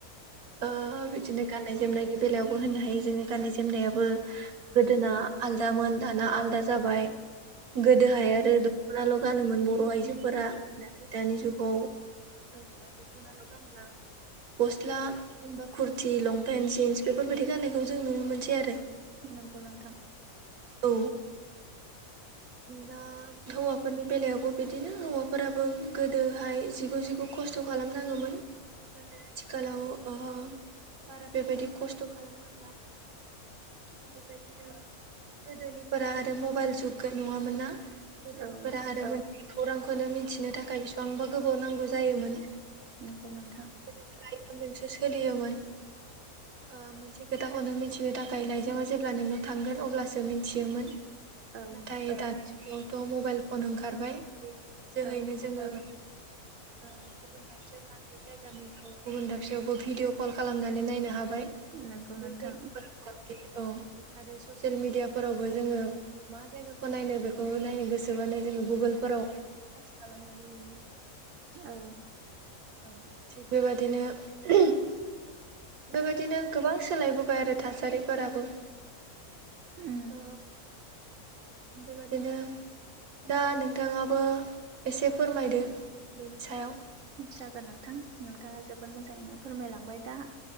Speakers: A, on the right; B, on the right.
A: ओ बिदिनो गाननाय जोमनायनि बेलायावबो होननो हायो जोंनि गाननाय जोमनायाबो गोदोना आलदामोन दाना आलदा जाबाय गोदोहाय आरो द' <unintelligible> गानोमोन बर' आइजोफोरा नाथाय दानि जुगाव ओ दख खना ल' गानला गस्ला बा खुरति लंपेन जिन्स बेफोरबायदि गाननायखौ जों नुनो मोनसै आरो
B: नोंगौ नोंथां
A: औ दा हौवाफोरनि बेलायावबो बिदिनो हौवाफोराबो गोदोहाय जिगु-जिगु खस्थ' खालामनाङोमोन नाथाय आथिखालाव ओ बारा बेबायदि खस्थ' खालामनांला
B: <inaudible>
A: बेबायदिनो गोदोनिफोरा आरो मबाइल जुग गो नङामोन ना गोदोनिफोरा
B: औ
A: आरो <unintelligible> खौरांखौनो मिथिनो थाखाय बिसेबांबा गोबाव नांगौ जायोमोन
B: नोंगौ नोंथां।
A: फ्रायजोंसो सोलियोमोन। ओ मोनसे खोथाखौनो मिथिनो थाखाय लाइजामा जेब्ला नोंनाव थांगोन अब्लासो मिथियोमोन।
B: औ
A: नाथाय दानि जुगावथ' मबाइल फन ओंखारबाय बेनि जोहैनो
B: औ
A: जोंङो ओ गुबुन दाबसेयाव थानाय जायगानिखौ गुबुन दाबसेयावबो भिडिअ कल खालामनानै नायनो हाबाय।
B: नंगौ नोंथां
A: बै जायगाफोर औ आरो ससियेल मिडियाफोरावबो जोंङो मा जायगाखौ नायनो बेखौ नायनो गोसोबानो जोंङो गुगोलफोराव सार्च खालामनानै नुनो मोनो।
B: औ
A: औ थिग बेबादिनो <unintelligible> बेबायदिनो गोबां सोलायबोबाय आरो थासारिफोराबो
B: उम
A: ओ बेबादिनो दा नोंथांङाबो एसे फोरमायदो बेनि सायाव
B: जागोन नोंथां नोंथांङा जोबोद मोजांङैनो फोरमायलांबाय दा